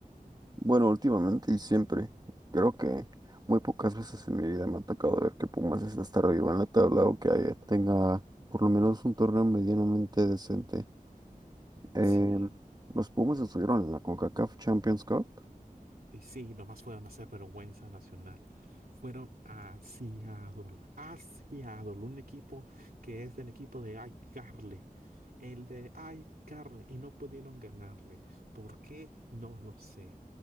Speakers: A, on the right (about 25°); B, on the right (about 80°).
A: Bueno, últimamente y siempre, creo que muy pocas veces en mi vida me ha tocado ver que Pumas esté hasta arriba en la tabla o que haya- tenga por lo menos un torneo medianamente decente. Em,
B: Sí.
A: los Pumas estuvieron en la CONCACAF Champions Cup.
B: Y sí, nomás fueron a hacer vergüenza nacional. Fueron a Seattle, a Seattle, un equipo que es del equipo de iCarly. El de iCarly y no pudieron ganarle. ¿Por qué? No lo sé.